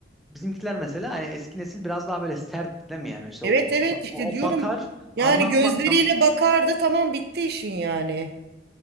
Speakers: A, in the centre; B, on the right (about 60°).
A: Bizimkiler mesela hani eski nesil biraz daha böyle sert değil mi yani? İşte
B: Evet
A: o, ba-
B: evet işte
A: o
B: diyorum
A: bakar
B: yani
A: anlatmaz.
B: gözleriyle bakardı tamam bitti işin yani.